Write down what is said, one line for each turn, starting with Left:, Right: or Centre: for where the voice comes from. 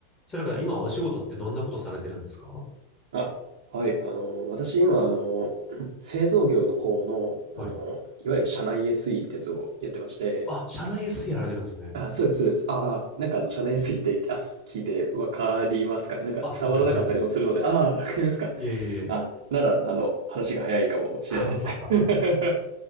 Left: それから今お仕事ってどんなことされてるんですか
Right: あ、はい。あの、私今、あの、<clears throat> 製造業の方の、あの、
Left: はい。
Right: いわゆる社内 SE ってやつをやってまして、
Left: あ、社内 SE やられてるんですね。
Right: あ、そうです、そうです。ああ、なんかあの、社内 SE って、あ、す聞いてわかりますかね。なんか伝わらなかったりもするので、
Left: あ、わかりまいます。
Right: ああ、わかりますか。
Left: いえいえいえ。
Right: あ、なら、あの、話が早いかもしれないです。
Left: <laughs>
Right: <laughs>